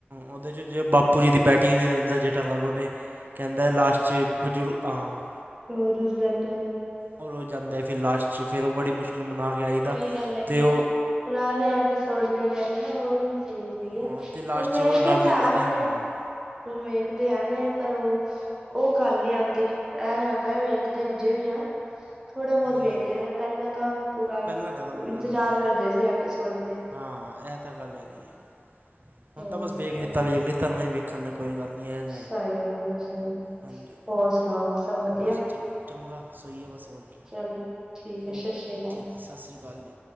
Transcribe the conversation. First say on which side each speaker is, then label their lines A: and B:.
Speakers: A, on the right (about 50°); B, on the right (about 15°).
A: ਉਹਦੇ 'ਚ ਬਾਪੂ ਜੀ ਦੀ ਬੈਟਿੰਗ ਦਦਾ ਜੇਟਾ ਲਾ ਲਓ ਨੇੇ। ਕਹਿੰਦਾ ਲਾਸਟ 'ਚ ਬਜ਼ੁਰਗ ਹਾਂ।
B: ਹੋ ਰੁਜ਼ਮਦਾਕ
A: ਔਰ ਉਹ ਜਾਂਦਾ ਹੈ ਫਿਰ ਲਾਸਟ 'ਚ ਫਿਰ ਉਹ ਬੜੀ ਮੁਸ਼ਕਿਲ ਮਨਾ ਕੇ ਆਈਦਾ
B: ਉਹੀ ਗੱਲ ਹੈਗੀ
A: ਅਤੇ
B: ਹੈ
A: ਉਹ
B: ਨਾ ਪੁਰਾਣੇ ਐਪੀਸੋਡ ਜਿਹੜੇ ਹੈਗੇ ਨਾ ਉਹੀ ਸਹੀ ਸਹੀ ਹੈ
A: ਹਾਂ ਅਤੇ ਲਾਸਟ
B: ਹੁਣ
A: 'ਚ
B: ਵੇਖਦੇ
A: ਉਹ ਰਲ
B: ਧਿਆਨ
A: ਲੈਂਦੇ
B: ਨੇ।
A: ਹਾਂ
B: ਉਹਨੂੰ ਵੇਖਦੇ ਆ ਨਾ ਪਰ ਉਹ ਉਹ ਗੱਲ ਨੀ ਆਉਂਦੀ ਐ ਹੈਗਾ ਵੇਖਦੇ ਹਜੇ ਵੀ ਆ। ਥੋੜ੍ਹੇ ਬਹੁਤ
A: ਹੂੰ
B: ਵੇਖ ਲਦੇ ਪਹਿਲਾਂ ਤਾਂ ਪੂਰਾ
A: ਪਹਿਲਾਂ ਜ਼ਿਆਦਾ ਮੰਣ
B: ਇੰਤਜ਼ਾਰ
A: ਜਾਂਦਾ ਸੀ
B: ਕਰਦੇ ਐਪੀਸੋਡ ਦੇ
A: ਹਾਂ ਇਹ ਤਾਂ ਗੱਲ ਹੈਗੀ ਹੈ।
B: ਚਲੋ
A: ਹੁਣ ਤਾਂ ਬਸ ਵੇਖ ਲਿੱਤਾ
B: ਹੋਰ
A: ਵੇਖ ਲਿੱਤਾ ਉਹਨਾਂ ਵੇਖਣ ਨੇ ਕੋਈ ਗੱਲ ਨਹੀਂ ਇਹਜ
B: ਸਹੀ ਗੱਲ ਹੈ ਸਹੀ ਗੱਲ
A: ਹਾਂਜੀ
B: ਹੋਰ ਸੁਣਾਓ? ਸਭ ਵਧੀਆ
A: ਬਸ ਚਲੋ ਚੰਗਾ ਸੋਈ ਗਿਆ ਬਸ ਹੋਰ ਕੇ
B: ਚਲੋ ਠੀਕ ਹੈ ਸਤਿ
A: ਓਕੇ
B: ਸ੍ਰੀ ਅਕਾਲ
A: ਠੀਕ ਹੈ? ਸਤਿ ਸ਼੍ਰੀ ਅਕਾਲ ਜੀ।